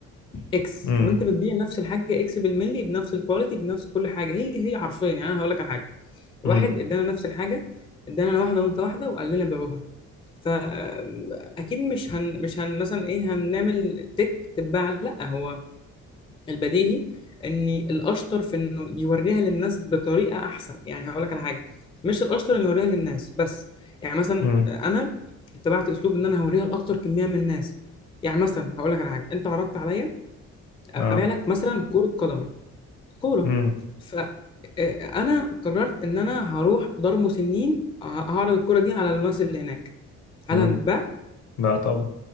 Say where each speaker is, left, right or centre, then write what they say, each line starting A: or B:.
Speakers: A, on the left; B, on the left.
A: اكس
B: امم
A: وانت بتبيع نفس الحاجه اكس بالملي بنفس الكواليتي بنفس كل حاجه هي هي حرفيا يعني انا هقول لك على حاجه
B: امم
A: واحد ادانا نفس الحاجه ادانا واحده وانت واحده وقال لنا بيعوها فاكيد مش هن مش هن مثلا ايه هنعمل تك تتباع لا هو البديهي ان الاشطر في انه يوريها للناس بطريقه احسن يعني هقول لك على حاجه مش الاشطر انه يوريها للناس بس يعني مثلا
B: امم
A: انا اتبعت اسلوب ان انا هوريها لاكتر كميه من الناس يعني مثلا هقول لك على حاجه انت عرضت عليا ابيع
B: اه
A: لك مثلا كره قدم كوره
B: امم
A: ف آه، انا قررت ان انا هروح دار مسنين ه- هعرض الكوره دي على الناس اللي هناك هل
B: امم
A: هتتباع
B: لا طبعا